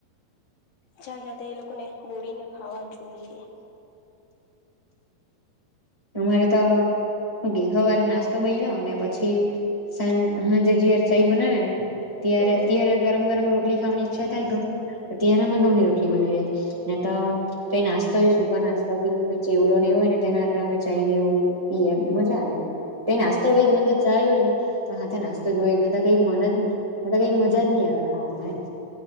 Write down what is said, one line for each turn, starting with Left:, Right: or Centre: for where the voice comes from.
Left: ચાય હાથે તો એ લોકોને બોડીને ખાવા જોઈએ.
Right: મારે તો બી હવારે નાસ્તો બની નો ને પછી સાંજ જે જયારે ચાય બનાવે ને ત્યારે
Left: હમ
Right: ત્યારે ગરમ ગરમ રોટલી ખાવાની ઈચ્છા થાય ઘઉં ત્યારે અમે ઘઉં ની રોટલી બનાવીએ ને તો કઈ નાસ્તા હોય સૂકા નાસ્તા બીઈ ચેવડો નહી હોય ને તા અમે ચાય ને એવું પી એમ મજા આવે એમ કઈ નાસ્તો હો મન તો ચાય હોય ને તો હા ટનનાસ્તો જોયને કઈ મન જ કઈ મજા જ નહી આવે ખાવામાં એમ.